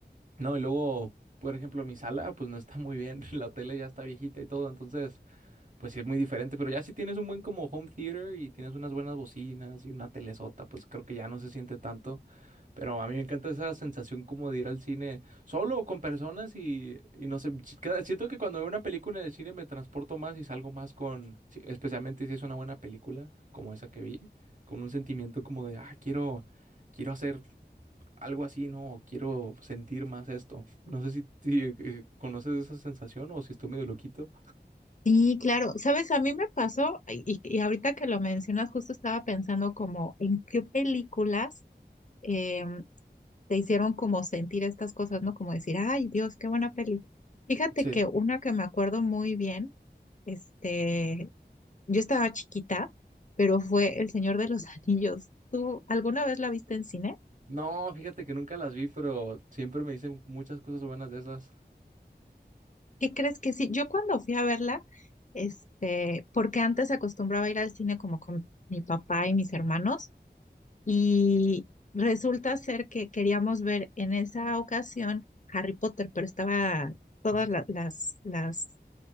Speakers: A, on the right; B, on the left.
A: no, y luego, por ejemplo, mi sala pues no está muy bien, <laughs> la tele ya está viejita y todo, entonces... Pues sí, es muy diferente, pero ya si tienes un buen como home theater y tienes unas buenas bocinas y una telesota, pues creo que ya no se siente tanto. Pero a mí me encanta esa sensación como de ir al cine solo o con personas y, y no sé, si- cada- siento que cuando veo una película en el cine me transporto más y salgo más con, sí, especialmente si es una buena película como esa que vi, con un sentimiento como de, ah, quiero, quiero hacer algo así, ¿no? O quiero sentir más esto. No sé si, si, eh, conoces esa sensación o si estoy medio loquito.
B: Sí, claro. Sabes, a mí me pasó, y, y y ahorita que lo mencionas, justo estaba pensando como en qué películas eh, te hicieron como sentir estas cosas, ¿no? Como decir, ay, Dios, qué buena peli. Fíjate
A: Sí.
B: que una que me acuerdo muy bien, este, yo estaba chiquita, pero fue El Señor de los <laughs> Anillos. ¿Tú alguna vez la viste en cine?
A: No, fíjate que nunca las vi, pero siempre me dicen muchas cosas buenas de esas.
B: ¿Qué crees que sí? Yo cuando fui a verla, este, porque antes acostumbraba a ir al cine como con mi papá y mis hermanos, y resulta ser que queríamos ver en esa ocasión Harry Potter, pero estaba todas
A: Ujú.
B: la- las, las